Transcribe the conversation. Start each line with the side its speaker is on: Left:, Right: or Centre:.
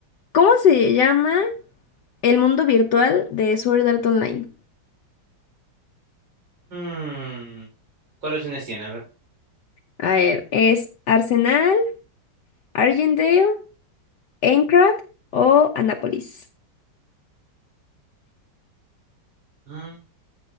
Left: ¿cómo se llama el mundo virtual de Sword Art Online?
Right: Mm. ¿Cuáles opciones tiene? A
Left: A ver, ¿es Arsenal, Argendale, Eintracht o Anápolis?
Right: ver.